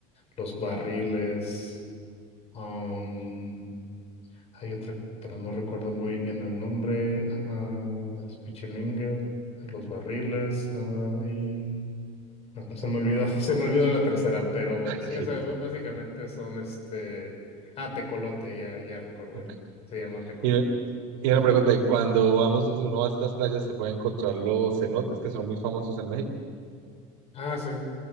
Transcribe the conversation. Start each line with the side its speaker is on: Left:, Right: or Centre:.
Left: los barriles, am, hay otra, pero no recuerdo muy bien el nombre, ah, es Pichilingue, los barriles, ah, y no, Se me olvidó, <laughs> se me olvidó la tercera, pero
Right: <laughs>
Left: sí, o sea, b- básicamente son este. Ah, tecolote, ya, ya recordé.
Right: Ok.
Left: Se llama tecolote.
Right: Y, y una
Left: Ujú.
Right: pregunta, ¿y cuando vamos, uno va a estas playas, se puede encontrar los cenotes que son muy famosos en México?
Left: Ah, sí.